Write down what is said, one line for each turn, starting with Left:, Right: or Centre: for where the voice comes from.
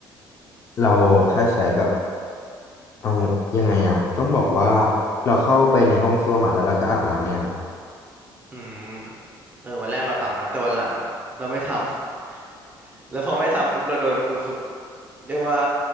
Left: เราแค่ใช้แบบ เอายังไงอะต้องบอกว่าเราเข้าไปในห้องส้วมอะแล้วเราก็อาบน้ำในนั้น
Right: อืมเออวันแรกเราทำนะแต่วันหลังเราไม่ทำ <laughs> แล้วพอไม่ทำปุ๊บเราโดนครูฝึกเรียกว่า